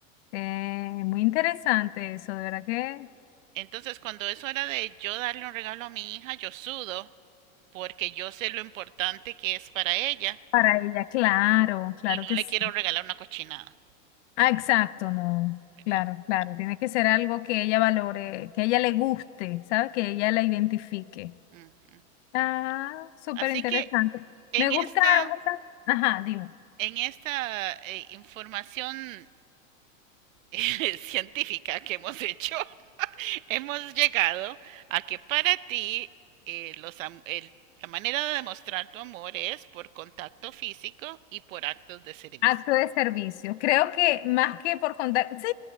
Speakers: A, on the left (about 55°); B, on the right (about 70°).
A: eh, muy interesante eso, de verdad que
B: Entonces, cuando es hora de yo darle un regalo a mi hija, yo sudo porque yo sé lo importante que es para ella
A: para ella, claro, claro
B: y no
A: que
B: le
A: sí.
B: quiero regalar una cochinada.
A: Ah, exacto, no.
B: ¿verdad?
A: Claro, claro. Tiene que ser algo que ella valore, que a ella le guste, ¿sabes? Que ella la identifique.
B: Ujú.
A: Ah, súper
B: Así
A: interesante.
B: que en
A: Me
B: esta,
A: gustaron esas. Ajá, dime.
B: en esta eh, información <laughs> científica que hemos hecho, Hemos llegado a que para ti eh, los am- el- la manera de demostrar tu amor es por contacto físico y por actos de servicio.
A: Acto de servicio. Creo que más que por contacto, sí,